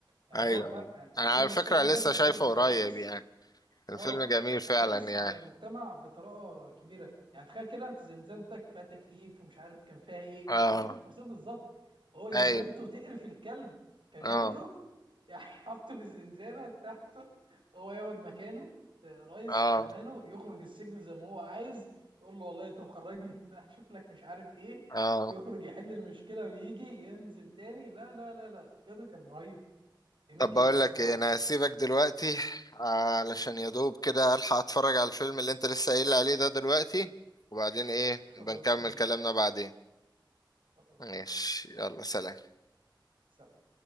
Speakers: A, on the right; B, on the left.
A: يعني
B: ايوه
A: هو ف...
B: ايوه
A: يعني حاجات
B: انا على
A: بسيطه
B: فكرة
A: جدا
B: لسه
A: بس
B: شايفه
A: هي بتعاكس
B: قريب يعني الفيلم
A: اه
B: جميل
A: بتنعكس
B: فعلا يعني
A: عن المجتمع بطريقه كبيره يعني تخيل كده انت زنزانتك فيها تكييف ومش عارف كان فيها ايه
B: اه
A: انا مش فاكر التفاصيل بالظبط هو زنزانته
B: ايوه
A: تقرف الكلب كان
B: اه
A: ياخده <laughs> يعني يحطه في الزنزانه بتاعته هو ياخد مكانه رئيس
B: اه
A: زمانه يخرج السجن زي ما هو عايز يقول له والله طب خرجني <laughs> لا اشوف لك مش عارف ايه
B: اه
A: يخرج يحل المشكله ويجي ينزل تاني لا لا لا لا بجد كان رهيب جميل
B: طب
A: جدا
B: بقول
A: الصراحه
B: لك ايه
A: الفيلم
B: انا هسيبك دلوقتي علشان يا دوب كده الحق اتفرج على الفيلم اللي انت لسه قايل لي عليه ده دلوقتي وبعدين ايه
A: خلاص
B: بنكمل
A: ماشي
B: كلامنا بعدين
A: خلاص
B: ماشي
A: ماشي
B: يلا سلام
A: سلام